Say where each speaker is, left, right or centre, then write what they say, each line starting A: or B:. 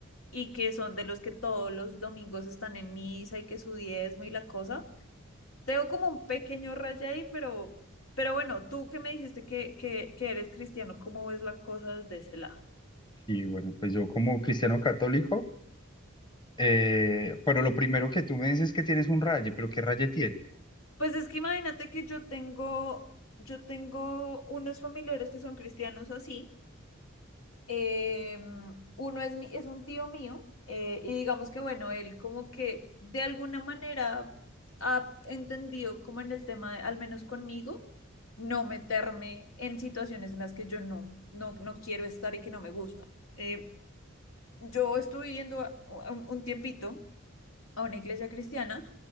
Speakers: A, on the left; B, on the left.
A: y que son de los que todos los domingos están en misa y que su diezmo y la cosa tengo como un pequeño raya ahí, pero, pero bueno, tú que me dijiste que, que, que eres cristiano, ¿cómo ves la cosa desde ese lado?
B: Sí, bueno, pues yo como cristiano católico, eh, pero lo primero que tú me dices es que tienes un raye, pero ¿qué raye tiene?
A: Pues es que imagínate que yo tengo, yo tengo unos familiares que son cristianos así. eh, uno es, mi, es un tío mío eh, y digamos que bueno, él como que de alguna manera ha entendido como en el tema, de- al menos conmigo, no meterme en situaciones en las que yo no, no, no quiero estar y que no me gusta Eh, yo estuve yendo a- un, un tiempito a una iglesia cristiana